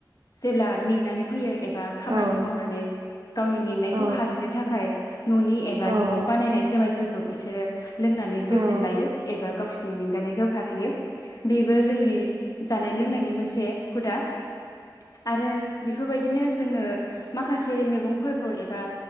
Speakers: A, on the left (about 50°); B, on the right (about 65°).
A: जेब्ला मेंनानै फैयो । एबा खामानि
B: औ
A: मावनानै गावनि मेंनायखौ
B: औ
A: खारहैनो थाखाय न'नि एबा
B: औ
A: न'आव
B: औ
A: बानायनाय जोमायफोरखौ बिसोरो लोंनानै गोजोन
B: औ
A: लायो । एबा गावसिनि मेंगानायखौ फारहायो । बेबो जोंनि जानाय लोंनायनि मोनसे हुदा । आरो बेफोरबायदिनो जोङो माखासे मेगंफोरखौ एबा